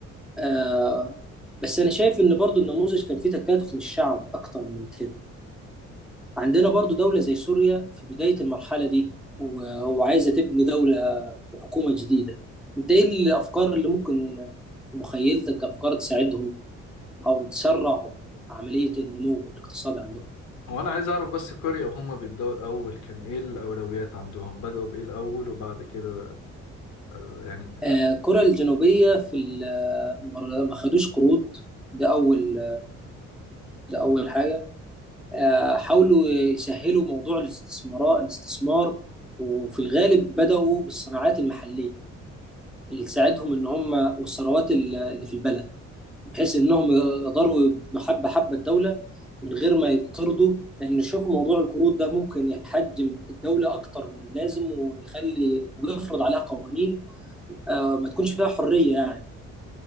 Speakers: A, in the centre; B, on the left.
A: آه بس انا شايف ان برضو النموذج كان فيه تكاتف من الشعب اكتر من كده عندنا برضو دولة زي سوريا في بداية المرحلة دي و- وعايزة تبني دولة وحكومة جديدة انت ايه الافكار اللي ممكن في مخيلتك افكار تساعدهم او تسرع عملية النمو الاقتصادي عندهم
B: هو أنا عايز أعرف بس كوريا وهم بيبدأوا الأول كان إيه الأولويات عندهم بدأوا بإيه الأول وبعد كده آه، يعني
A: آه كوريا الجنوبية في ال- ما ما خدوش قروض ده اول ده اول حاجة آه، حاولوا يسهلوا موضوع الاستثمار الاستثمار وفي الغالب بدأوا بالصناعات المحلية اللي تساعدهم ان هم والثروات ال- اللي في البلد بحيث انهم يقدروا يبنوا حبة حبة الدولة من غير ما يقترضوا لان شوفوا موضوع القروض ده ممكن يحجم الدولة اكتر من اللازم ويخلي ويفرض عليها قوانين آه، ما تكونش فيها حرية يعني